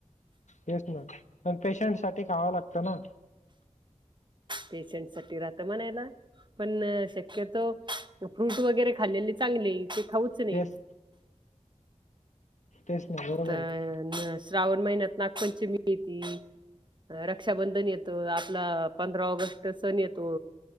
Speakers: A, on the left; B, on the right.
A: तेच ना पण पेशंटसाठी खावं लागतं ना.
B: पेशंट साठी राहत म्हणायला. पण शक्यतो फ्रूट वगैरे खाल्लेली चांगली, ते खाऊच नाही.
A: तेच तेच ना बरोबर
B: तर
A: आहे
B: श्रावण महिन्यात नागपंचमी येती. रक्षाबंधन येतं, आपला पंधरा ऑगस्ट सण येतो.